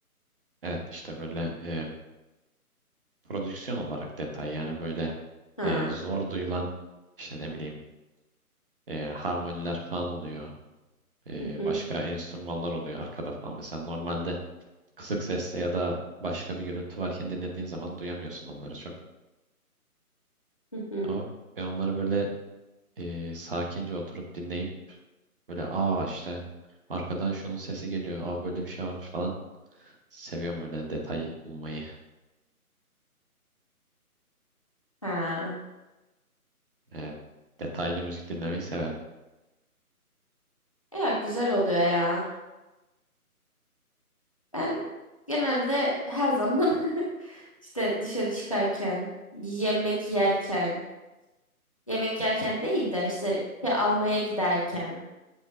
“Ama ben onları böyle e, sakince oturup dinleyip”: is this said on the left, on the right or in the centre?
Right